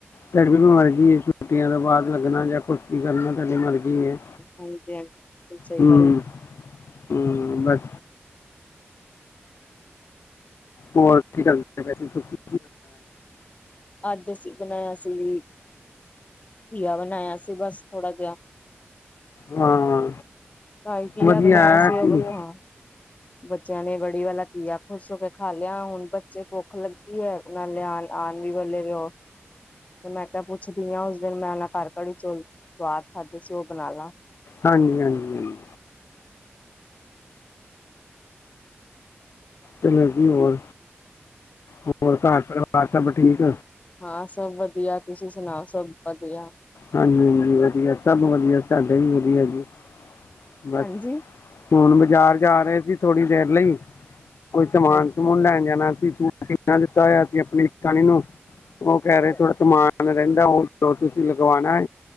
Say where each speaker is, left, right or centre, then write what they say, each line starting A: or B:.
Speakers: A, on the left (about 70°); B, on the left (about 35°).
A: ਤੇਡ ਵੀ ਵੀ ਮਰਜ਼ੀ ਛੁੱਟੀਆਂ ਤੋਂ ਬਾਅਦ ਲੱਗਣਾ ਜਾਂ ਕੁਛ ਕਰਨਾ ਤੁਹਾਡੀ ਮਰਜੀ ਠੀਕ ਹੈ
B: ਹਾਂਜੀ ਹਾਂਜੀ ਬਿਲਕੁਲ ਸਹੀ
A: ਹੂੰ।
B: ਗੱਲ
A: ਹੂੰ ਬਸ ਹੋਰ ਕੀ ਕਰਦੇ ਪਏ ਸੀ ਤੁਸੀ
B: ਅੱਜ ਅਸੀਂ ਬਣਾਇਆ ਸ <inaudible> ਘੀਆ ਬਣਾਇਆ ਸੀ ਬਸ ਥੋੜਾ ਜਿਹਾ
A: ਹਾਂ
B: ਭਾਈ ਘੀਆ
A: ਵਧੀਆ
B: ਬਣਾਇਆ
A: ਹੈ
B: ਸੀ
A: ਹਾਂਜੀ
B: ਉਹ ਹਾਂ। ਬੱਚਿਆਂ ਨੇ ਬੜੀ ਵਾਲਾ ਘੀਆ ਖੁਸ਼ ਹੋ ਕੇ ਖਾ ਲਿਆ ਹੁਣ ਬੱਚੇ ਭੁੱਖ ਲੱਗੀ ਹੈ ਨਾਲ ਲਿਆ ਆਉਣ ਵੀ ਬਲੇ ਵੀ ਉਹ ਤੇ ਮੈਂ ਕਿਹਾ ਪੁੱਛਦੀ ਹ ਉਸ ਦਿਨ ਮੈਂ ਉਹ ਘਰ ਕੜੀ 'ਚੋ ਸਵਾਦ ਖਾਧੇ ਸੀ ਉਹ ਬਣਾ ਲਾਂ।
A: ਹਾਂਜੀ -ਹਾਂਜੀ- ਹਾਂਜੀ। ਚੱਲੋ ਜੀ ਹੋਰ ਹੋਰ ਘਰ ਪਰਵਾਰ ਸਭ ਠੀਕ
B: ਹਾਂ ਸਭ ਵਧੀਆ ਤੁਸੀਂ ਸੁਣਾਓ ਸਭ ਵਧੀਆ
A: ਹਾਂਜੀ -ਹਾਂਜੀ ਵਧੀਆ ਸਭ ਵਧੀਆ ਸਾਡੇ ਵੀ ਵਧੀਆ ਜੀ। ਬਸ
B: ਹਾਂਜੀ
A: ਹੁਣ ਬਾਜ਼ਾਰ ਜਾ ਰਹੇ ਸੀ ਥੋੜੀ ਦੇਰ ਲਈ ਕੋਈ ਸਮਾਨ
B: ਅੱਛਾ
A: ਸਮੂਨ ਲੈਣ ਜਾਣਾ ਸੀ ਤੂੰ ਅਸੀ ਨਾ ਦਿੱਤਾ ਹੋਇਆ ਸੀ ਆਪਣੀ <unintelligible> ਕਣੀ ਨੂੰ ਉਹ ਕਹਿ
B: ਅੱਛਾ
A: ਰਹੇ ਥੋੜਾ ਸਮਾਨ ਰਹਿੰਦਾ ਉਹ ਤੁਸੀਂ ਲਗਵਾਉਣਾ